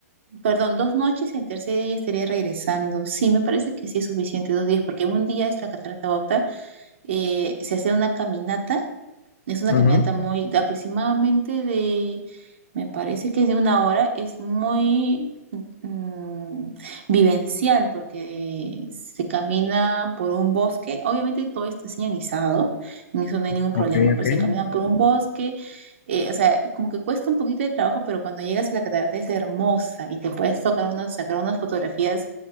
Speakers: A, on the right; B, on the left.
A: perdón, dos noches, el tercer día ya estaría regresando. Sí, me parece que sí es suficiente dos días, porque un día es la catarata Bogta, eh, se hace una caminata, es una
B: ujú,
A: caminata muy de aproximadamente de me parece que de una hora es muy mm, vivencial porque se camina por un bosque. Obviamente todo está señalizado, en eso no hay ningún
B: ok,
A: problema, pero
B: ok.
A: se caminan por un bosque. eh, o sea, como que cuesta un poquito de trabajo, pero cuando llegas a la catarata es hermosa y te puedes tocar unas, sacar unas fotografías